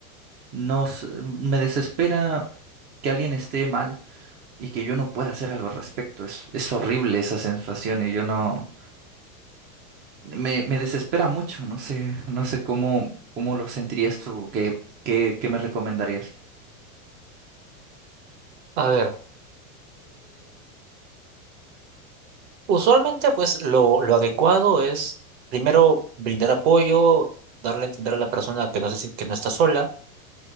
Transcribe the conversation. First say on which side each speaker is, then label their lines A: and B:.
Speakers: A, on the right; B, on the right.
A: Nos me desespera que alguien esté mal y que yo no pueda hacer algo al respecto. Es, es horrible esa sensación y yo no me, me desespera mucho. No sé, no sé cómo, cómo lo sentirías tú, qué, qué, qué me recomendarías.
B: A ver, Usualmente, pues lo, lo adecuado es primero brindar apoyo, darle a entender a la persona que no, se, si- que no está sola